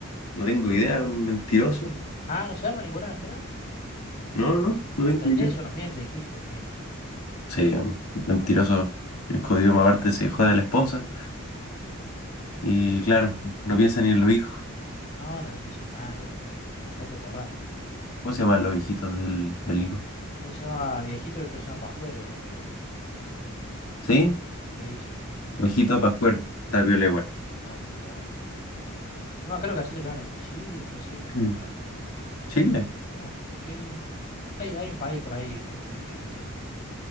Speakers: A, on the left; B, on the left.
A: No tengo idea, un mentiroso.
B: Ah, no se llama Nicolás, mira,
A: No, no, no,
B: Uf,
A: no
B: hasta
A: tengo
B: en
A: idea.
B: eso nos miente, qué hijo de mil.
A: Sí, un mentiroso,
B: No, no,
A: el jodido, más aparte se jode a la esposa y
B: sí,
A: claro, no piensa ni en los hijos.
B: no, no le piensa en nadie, es, es- es bastante atorrante.
A: ¿Cómo se llaman los hijitos del, del Nico?
B: Uno se llama viejito y otro se llama Pascuero, creo que era.
A: ¿Sí?
B: Sí, sí, sí, sí,
A: Ojito para afuera,
B: viejito
A: está piola
B: Pascuero,
A: igual.
B: claro, está bueno. Yo me acuerdo que así lo llaman en Chile, puede ser, o no
A: Mm.
B: me acuerdo.
A: Chile,
B: Claro, sí. Hay, hay un país por ahí que es medio chiquito.